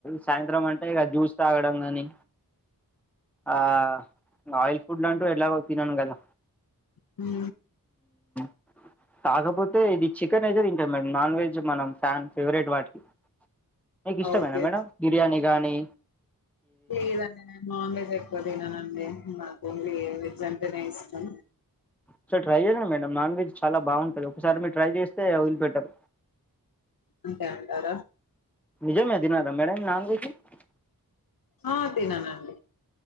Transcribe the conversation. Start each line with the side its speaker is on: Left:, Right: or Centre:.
Centre: సాయంత్రం అంటే ఇక జ్యూస్ తాగడం కాని ఆ ఆయిల్ ఫుడ్ అంటూ ఎట్లాగు తినను కదా
Left: హ
Centre: అ <unintelligible> కాకపోతే ఇది చికెన్ అయితే తింటానం నాన్ వెజ్ మనం ఫ్యాన్ ఫేవరెట్ వాటికి మీకు ఇష్టమేనా
Left: ఓకే
Centre: మేడం బిర్యానీ గానీ, <inaudible>
Left: లేదండి నేను నాన్ వెజ్ ఎక్కువ తిననండి. నాకు ఓన్లీ వెజ్ అంటేనే ఇష్టం.
Centre: ఓసారి ట్రై చేయండి మేడం నాన్ వెజ్ చాలా బాగుంటుంది. ఒకసారి మీరు ట్రై చేస్తే వదిలిపెట్టరు.
Left: అంతే అంటారా.
Centre: నిజమే అది నాద మేడ న <unintelligible>
Left: ఆ అదేనా నా అండి